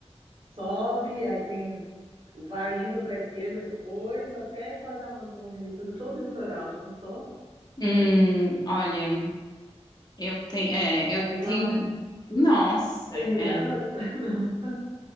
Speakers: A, on the right (about 55°); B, on the left (about 35°).
A: sobe, aí tem. Vai indo para a esquerda depois, até quase a Amazônia ali, fazer todo o litoral, já pensou?
B: Hum, olha. Eu tenho, é,
A: É
B: eu
A: legal,
B: tenho,
A: né?
B: nossa,
A: Tem
B: é.
A: reservas? <laughs> Não.